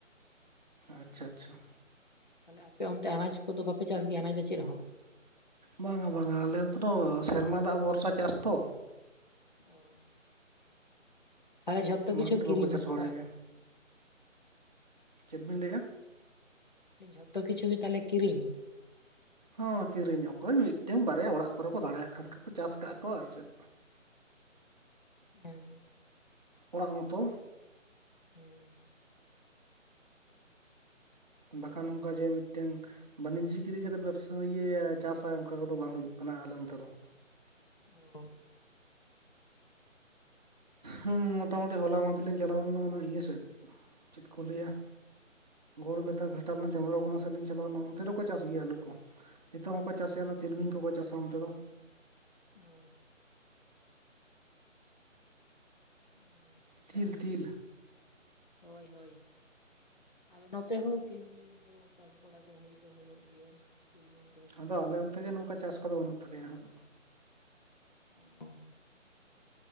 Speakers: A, on the right; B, on the left.
A: ᱟᱪᱪᱷᱟ ᱟᱪᱪᱷᱟ᱾
B: ᱛᱟᱦᱚᱞᱮ ᱟᱯᱮ ᱚᱱᱛᱮ ᱟᱱᱟᱡ ᱠᱚᱫᱚ ᱵᱟᱯᱮ ᱪᱟᱥ ᱜᱮᱭᱟ ᱟᱱᱟᱡ ᱫᱚ ᱪᱮᱫ ᱦᱚᱸ
A: ᱵᱟᱝᱟ ᱵᱟᱝᱟ ᱟᱞᱮ ᱱᱛᱱᱛᱮ ᱫᱚ ᱥᱮᱨᱢᱟ ᱫᱟᱜ ᱵᱷᱚᱨᱥᱟ ᱪᱟᱥ ᱛᱚ᱾
B: ᱚ ᱛᱟᱦᱚᱞᱮ ᱡᱷᱚᱛᱚ
A: ᱚᱱᱟ
B: ᱠᱤᱪᱷᱩ
A: ᱠᱷᱟᱹᱛᱤᱨ
B: ᱠᱤᱨᱤᱧ
A: ᱵᱟᱠᱚ ᱪᱟᱥ ᱵᱟᱲᱟᱭ
B: ᱵᱟᱝ
A: ᱜᱮᱭᱟ᱾ ᱪᱮᱫ ᱵᱤᱱ ᱞᱟᱹᱭᱮᱜᱼᱟ?
B: ᱡᱷᱚᱛᱚ ᱠᱤᱪᱷᱩ ᱜᱮ ᱛᱟᱦᱞᱮ ᱠᱤᱨᱤᱧ?
A: ᱦᱚᱸ ᱠᱤᱨᱤᱧ, ᱚᱠᱚᱭ ᱢᱤᱫᱴᱮᱱ- ᱵᱟᱨᱭᱟ ᱚᱲᱟᱜ ᱠᱚᱨᱮ ᱠᱚ ᱫᱟᱲᱮᱭᱟᱜ ᱠᱷᱟᱱ ᱠᱚ ᱪᱟᱥ ᱟᱠᱟᱫ ᱠᱚ ᱟᱨ ᱪᱮᱫ?
B: ᱦᱮᱸ
A: ᱚᱲᱟᱜ ᱢᱚᱛᱚ
B: ᱦᱩᱸ᱾
A: ᱵᱟᱝᱠᱷᱟᱱ ᱱᱚᱝᱠᱟ ᱡᱮ ᱢᱤᱫᱴᱟᱝ ᱵᱟᱸᱱᱤᱡᱽᱡᱦᱤᱠᱤᱨᱤ ᱠᱟᱹᱨᱮ ᱵᱮᱵᱽᱥᱟ ᱤᱭᱟᱹᱭ ᱪᱟᱥᱟᱭ, ᱚᱱᱠᱟ ᱠᱚᱫᱚ ᱵᱟᱝ ᱦᱩᱭᱩᱜ ᱠᱟᱱᱟ ᱟᱞᱮ ᱚᱱᱛᱮ ᱫᱚ᱾
B: ᱚ
A: ᱦᱩᱸ ᱢᱚᱴᱟᱢᱩᱴᱤ ᱦᱚᱞᱟ ᱢᱟᱸᱫᱷᱮᱨ ᱞᱤᱧ ᱪᱟᱞᱟᱣ ᱞᱮᱱᱟ, ᱚᱱᱟ ᱤᱭᱟᱹ ᱥᱮᱫ ᱪᱮᱫ ᱠᱚ ᱞᱟᱹᱭᱼᱟ ᱜᱚᱲᱵᱮᱛᱟ, ᱜᱷᱟᱴᱟᱞ ᱚᱱᱟ ᱪᱚᱱᱫᱨᱚᱠᱚᱱᱟ ᱥᱮᱫ ᱞᱤᱧ ᱪᱟᱞᱟᱣᱞᱮᱱᱟ, ᱚᱱᱛᱮ ᱨᱮᱠᱚ ᱪᱟᱥ ᱜᱮᱭᱟ ᱟᱞᱩ ᱠᱚ᱾ ᱱᱤᱛᱚᱜ ᱦᱚᱸᱠᱚ ᱪᱟᱥᱮᱜᱼᱟ, ᱚᱱᱟ ᱛᱤᱞᱢᱤᱧ ᱠᱚᱠᱚ ᱪᱟᱥᱟ ᱚᱱᱛᱮ ᱫᱚ
B: ᱚ ᱦᱮᱸ ᱟᱪᱪᱷᱟ,
A: ᱛᱤᱞ ᱛᱤᱞ
B: ᱦᱳᱭ ᱦᱳᱭ, ᱟᱞᱮ ᱱᱚᱛᱮ ᱦᱚᱸ ᱛᱤᱞᱢᱤᱧ ᱫᱚ ᱪᱟᱥ ᱵᱟᱲᱟ ᱫᱚ ᱦᱳᱭ ᱫᱚ ᱦᱳᱭᱳᱜ ᱜᱤᱭᱟ ᱛᱤᱞᱢᱤᱧᱼᱼ
A: ᱟᱫᱚ ᱟᱞᱮ ᱚᱱᱛᱮ ᱜᱮ ᱱᱚᱝᱠᱟ ᱪᱟᱥ ᱠᱚᱫᱚ ᱵᱟᱹᱱᱩᱜ ᱛᱟᱞᱮᱭᱟ ᱦᱟᱸᱜ᱾
B: ᱚ